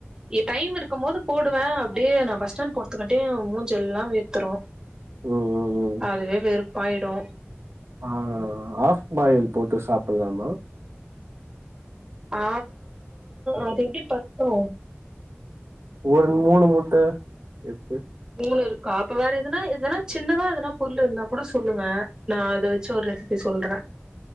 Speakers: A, on the right (about 15°); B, on the right (about 75°).
A: ஏ டைம் இருக்கும் போது போடுவே அப்டியே நா பஸ் ஸ்டாண்ட் போறத்துக்காட்டியு மூஞ்செல்லா வேர்த்துறு
B: ம் ம் ம்
A: அதுவே வெறுப்பாயிடு
B: ஆ ஆஃப் ஃபாயில் போட்டு சாப்டலாமா
A: ஆ அது எப்டி பத்து
B: ஒரு மூணு முட்ட இருக்கு
A: மூணு இருக்கா அப்ப வேற எதுனா எதுனா சின்னதா எதுனா பொருள் இருந்தா கூட சொல்லுங்க நா அத வச்சு ஒரு ரெசிப்பி சொல்றே